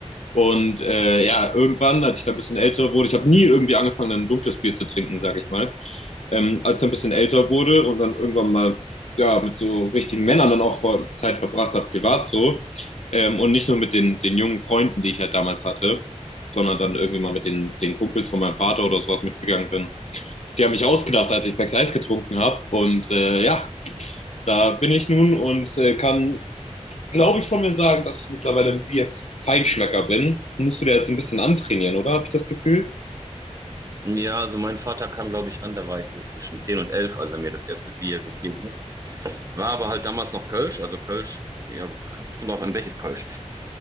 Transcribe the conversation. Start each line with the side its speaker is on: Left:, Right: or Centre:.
Left: Und äh, ja, irgendwann, als ich da ein bisschen älter wurde, ich habe nie irgendwie angefangen, ein dunkles Bier zu trinken, sage ich mal. Ähm, als ich dann ein bisschen älter wurde und dann irgendwann mal ja, mit so richtigen Männern dann auch vor Zeit verbracht habe, privat so. Ähm, und nicht nur mit den, den jungen Freunden, die ich halt damals hatte, sondern dann irgendwie mal mit den, den Kumpels von meinem Vater oder sowas mitgegangen bin. Die haben mich ausgedacht, als ich Becks Eis getrunken habe. Und äh, ja, da bin ich nun und äh, kann glaube ich, von mir sagen, dass ich mittlerweile ein Bier-Feinschmecker bin. Musst du dir jetzt so ein bisschen antrainieren, oder? Habe ich das Gefühl?
Right: Ja, also mein Vater kam, glaube ich, an, da war ich so zwischen 10 und elf. als er mir das erste Bier gegeben hat. War aber halt damals noch Kölsch, also Kölsch, ja, es kommt darauf an, welches Kölsch.